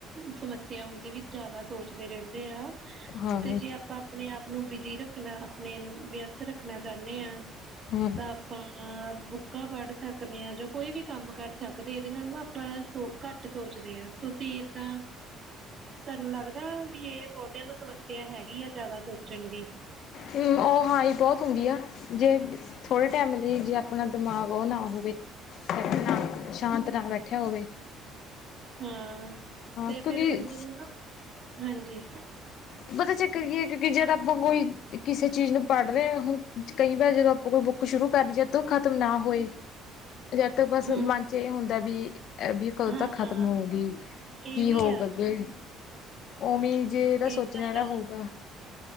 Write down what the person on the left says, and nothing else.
ਹਾਂ
ਹਾਂ
ਹੂੰ ਓ ਹਾਂ ਈ ਬੋਤ ਹੁੰਦੀ ਆ ਜੇ ਥੋੜ੍ਹੇ ਟੈਮ ਲਈ ਜੇ ਅਪਣਾ ਦਿਮਾਗ ਓ ਨਾ ਹੋਵੇ ਅਪਣਾ ਸ਼ਾਂਤ ਨਾ ਬੈਠਿਆ ਹੋਵੇ।
ਹਾਂ
ਕਿਉਂਕਿ
ਪਤਾ ਚੱਕਰ ਕੀ ਏ ਕਿਉਂਕਿ ਜਦ ਆਪਾਂ ਕੋਈ ਕਿਸੇ ਚੀਜ਼ ਨੂੰ ਪੜ੍ਹ ਰਹੇ ਆ ਓ ਕਈ ਵਾਰ ਜਦੋਂ ਆਪਾਂ ਕੋਈ ਬੁੱਕ ਸ਼ੁਰੂ ਕਰ ਜੇ ਤੇ ਓ ਖ਼ਤਮ ਨਾ ਹੋਏ
ਜਦ ਤੱਕ ਬਸ
ਮਨ ਚ ਏ ਹੁੰਦਾ ਬੀ ਐ ਬੀ ਕਦੋਂ
ਤੱਕ ਖਤਮ ਹੋਊਗੀ।
ਕੀ
ਹੋਉਗਾ
ਅੱਗੇ ਓਵੇ ਈ ਜੇ ਏਦਾ
ਸੋਚ ਲਯਾ ਨਾ
ਹੋਊਗਾ